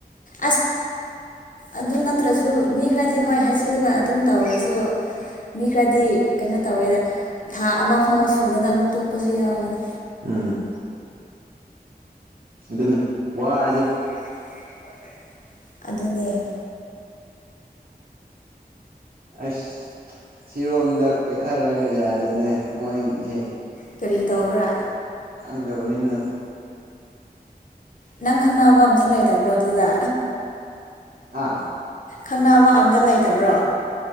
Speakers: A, on the left (about 55°); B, on the right (about 65°).
A: ꯑꯁ ꯑꯗꯨ ꯅꯠꯇ꯭ꯔꯁꯨ ꯃꯤ ꯈꯔꯗꯤ ꯍꯣꯏ ꯍꯥꯏꯖꯤꯜꯂꯒ ꯑꯗꯨꯝ ꯇꯧꯔꯁꯨ ꯃꯤ ꯈꯔꯗꯤ ꯀꯩꯅꯣ ꯇꯧꯋꯦꯗ ꯊꯥ ꯑꯃ ꯐꯥꯎ ꯁꯨꯗꯅ ꯑꯃꯨꯛ ꯇꯣꯛꯄꯁꯨ ꯌꯥꯎꯕꯅꯤ꯫
B: ꯎꯝ ꯑꯗꯨꯅꯤ ꯋꯥꯖꯤ
A: <unintelligible> ꯑꯗꯨꯅꯦ
B: ꯑꯁ ꯁꯤꯔꯣꯝꯗ ꯀꯣꯏꯊꯔꯒ ꯌꯥꯗꯅꯦ ꯃꯣꯏꯁꯦ
A: ꯀꯔꯤ ꯇꯧꯕ꯭ꯔꯥ?
B: ꯈꯪꯗꯕꯅꯤꯅ
A: ꯅꯪ ꯈꯪꯅꯕ ꯑꯝꯇ ꯂꯩꯇꯕ꯭ꯔꯣ ꯑꯗꯨꯗ?
B: ꯑꯥ
A: ꯈꯪꯅꯕ ꯑꯝꯇ ꯂꯩꯇꯕ꯭ꯔꯣ?